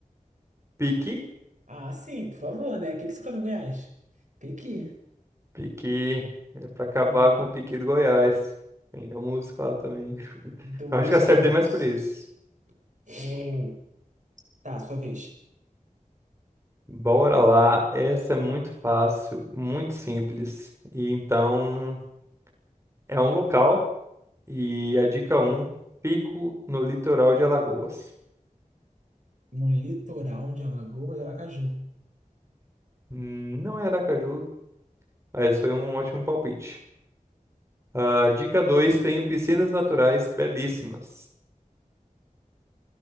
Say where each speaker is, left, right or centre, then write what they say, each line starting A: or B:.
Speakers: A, on the right; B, on the right.
A: Piqui?
B: Ah, sim, por favor, né? O que que você come em Goiás? Pequi.
A: Piqui. É pra acabar
B: Então,
A: com o Piqui do Goiás. Tem a música lá também. <laughs>
B: dois
A: Eu acho que eu acertei
B: pontos.
A: mais por isso.
B: Hum. Tá, sua vez.
A: Bora lá. Essa é muito fácil, muito simples. E então, é um local. E a dica um: fico no litoral de Alagoas.
B: No litoral de Alagoas e Aracaju.
A: Não é Aracaju, mas foi um ótimo palpite. Ah, dica 2: tenho piscinas naturais belíssimas.